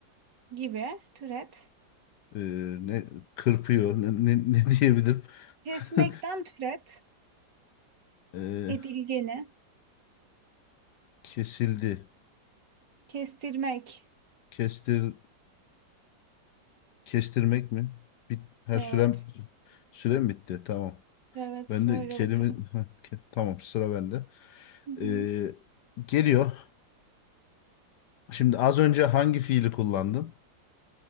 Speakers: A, on the right; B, on the left.
A: Gibi. Türet.
B: Ee, ne kırpıyor ne, ne, ne diyebilirim
A: Kesmekten
B: <laughs>
A: türet.
B: Ee,
A: Edilgeni.
B: kesildi
A: Kestirmek.
B: kestir kestirmek mi bit ha
A: Evet.
B: sürem sürem bitti tamam
A: Evet.
B: ben
A: Söyle
B: de kelime
A: bakalım.
B: <laughs> ha, ke- tamam sıra bende
A: Hı hı.
B: Ee, geliyor şimdi az önce hangi fiili kullandın